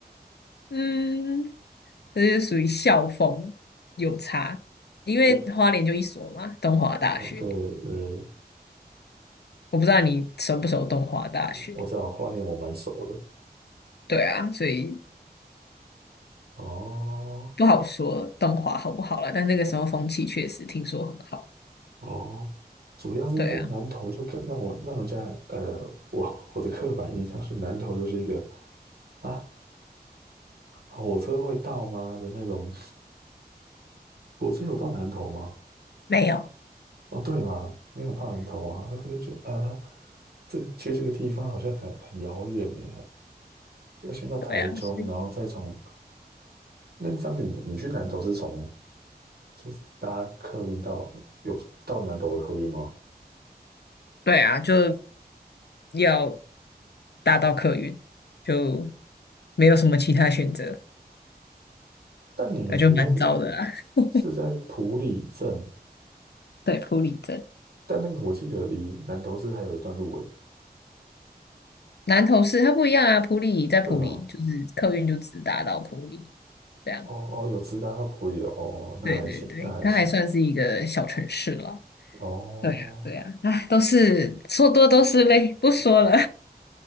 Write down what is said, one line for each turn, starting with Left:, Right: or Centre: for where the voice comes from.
Left: 嗯，这就是属于校风有差，因为花莲就一所嘛，
Right: 嗯，
Left: 东华大学。
Right: 哦，对，呃，
Left: 我不知道你熟不熟东华大学。
Right: 我知道花莲我蛮熟的。
Left: 对啊，所以
Right: 哦
Left: 不好说东华好不好了，但那个时候风气确实听说很好。
Right: 哦，主要是在南投就跟让我让人家呃，
Left: 对啊，
Right: 我我的刻板印象是南投就是一个啊，火车会到吗的那种。火车有到南投吗？
Left: 没有，
Right: 哦，对嘛，没有到南头啊，所以我就觉得啊，这个去这个地方好像很很遥远耶，要先到台中，
Left: 对啊，所以
Right: 然后再从那张你你去南投是从就是搭客运到有到南投的客运吗？
Left: 对啊，就要搭到客运，就没有什么其他选择，
Right: 但你们学校是
Left: 那就蛮糟的啦。<laughs>
Right: 是在埔里镇，
Left: 对，普里镇，
Right: 但那个我记得离南投市还有一段路诶，
Left: 南投市它不一样啊，普里在普里就是客运就只搭到普里，
Right: 对吗？
Left: 这样。
Right: 哦哦，有直达到埔里的哦，那还行，
Left: 对对对，
Right: 那还行
Left: 它还算是一个小城市了。
Right: 哦，
Left: 对呀，对呀，哎，都是说多都是泪，不说了。